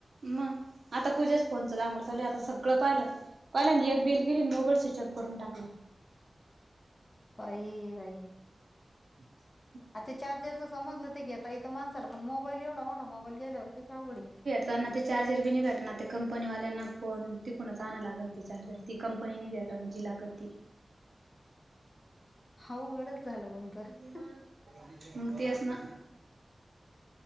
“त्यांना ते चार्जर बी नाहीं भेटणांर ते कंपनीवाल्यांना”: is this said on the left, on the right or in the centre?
Right